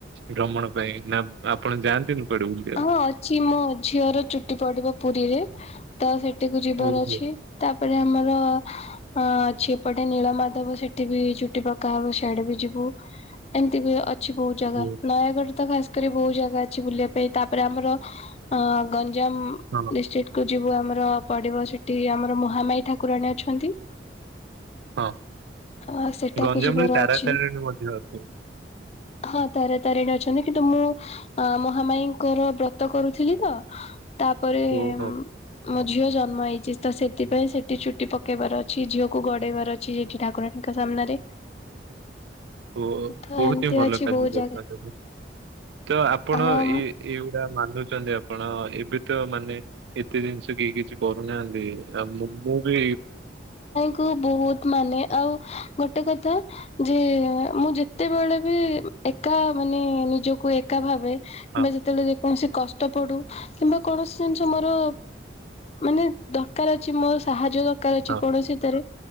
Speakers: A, on the right; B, on the left.
A: ଭ୍ରମଣ ପାଇଁ ନା ଆପଣ ଯାଆନ୍ତିନି କୁଆଡେ ବୁଲିବାକୁ।
B: ହଁ ଅଛି ମୋ ଝିଅର ଚୁଟି ପଡିବ ପୁରୀରେ ତ ସେଠିକୁ ଯିବାର
A: ଓହୋ
B: ଅଛି ତାପରେ ଆମର ହଁ ଅଛି ଏପଟେ ନୀଳ ମାଧବ ସେଠି ବି ଚୁଟି ପକାହବ ସିଆଡେ ବି ଯିବୁ ଏମିତି ବି ଅଛି ବହୁତ ଜାଗା
A: ଓ
B: ନୟାଗଡରେ ତ ଖାସ୍ କରି ବହୁତ୍ ଜାଗା ଅଛି ବୁଲିବାକୁ ତାପରେ ଆମର ଗଞ୍ଜାମ
A: ହଁ
B: ଡିଷ୍ଟ୍ରିକ୍ଟ୍ କୁ ଯିବୁ ଆମର ପଡିବ ସେଠି ଆମର ମହାମାଇ ଠାକୁରାଣୀ ଅଛନ୍ତି
A: ହଁ
B: ଆ ସେଟାକୁ
A: ଗଞ୍ଜାମରେ
B: ଯିବାର
A: ତାରା
B: ଅଛି
A: ତାରିଣୀ ମଧ୍ୟ ଅଛି।
B: ହଁ ତାର ତାରିଣୀ ଅଛନ୍ତି, କିନ୍ତୁ ମୁଁ ମହାମାଇ ଙ୍କର ବ୍ରତ କରୁଥିଲି ତ ତାପରେ
A: ଓହୋ
B: ମୋ ଝିଅ ଜନ୍ମ ହେଇଛି ତ ସେଥିପାଇଁ ସେଠି ଚୁଟି ପକେଇବାର ଅଛି ଝିଅକୁ ଗଡେଇବାର ଅଛି ଠି ଠାକୁରାଣୀଙ୍କ ସାମ୍ନାରେ
A: ଓ
B: ତ
A: ବହୁତ
B: ଏମିତି
A: ହିଁ ଭଲ
B: ଅଛି
A: <unintelligible>
B: ବହୁତ ଜାଗା
A: ତ ଆପଣ
B: ହଁ
A: ଏଇ ଏଇ ଏଇଗୁଡା ମାନୁଛନ୍ତି ଆପଣ ଏବେ ତ ମାନେ ଏତେ ଜିନିଷ କେହି କିଛି କରୁନାହାନ୍ତି ଆଉ ମୁଁ ମୁଁ ବି
B: କୁ ବହୁତ୍ ମାନେ ଆଉ ଗୋଟେ କଥା ଯେ ମୁଁ ଯେତେବେଳେ ବି ଏକା ମାନେ ନିଜକୁ ଏକା ଭାବେ କିମ୍ବା
A: ହଁ
B: ଯେତେବେଳେ କୌଣସି କଷ୍ଟ ପଡୁ କିମ୍ବା କୌଣସି ଜିନିଷ ମୋର ମାନେ ଦରକାର୍ ଅଛି ମୋର ସାହାଯ୍ୟ ଦରକାର୍ ଅଛି
A: ହଁ
B: କୌଣସିିତରେ